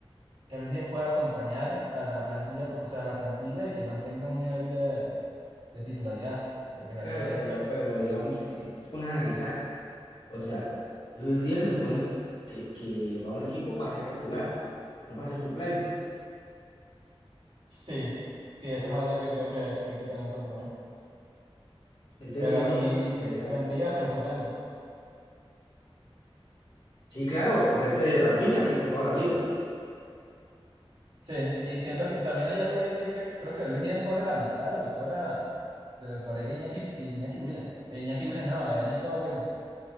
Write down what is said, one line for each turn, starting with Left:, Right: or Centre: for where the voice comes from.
Right: que Luis Díaz pueda acompañar a la plantilla, co- o sea, a la plantilla y que mantenga un nivel de, de titularidad, porque
Left: Claro,
Right: la realidad
Left: pero,
Right: es que
Left: pero digamos, si, si tú te pones a analizar, o sea, Luis Díaz se supone es que, que va a un equipo para ser titular, no para ser suplente.
Right: sí, sí, eso
Left: Entonces,
Right: es algo que creo que, que hay que tener en cuenta también.
Left: entonces
Right: Pero
Left: digamos,
Right: aquí
Left: eh, exacto
Right: vendría a ser suplente.
Left: Sí, claro, el suplente de Rafinha, sí, to- toda la vida. ¿no?
Right: Sí, y siento que también hay algo ahí que es que creo que Luis Díaz cobra la mitad de lo que cobra. De lo que cobraría Iñaki, Iñaki Williams. Eh, Iñaki Williams no, eh, Nico Williams.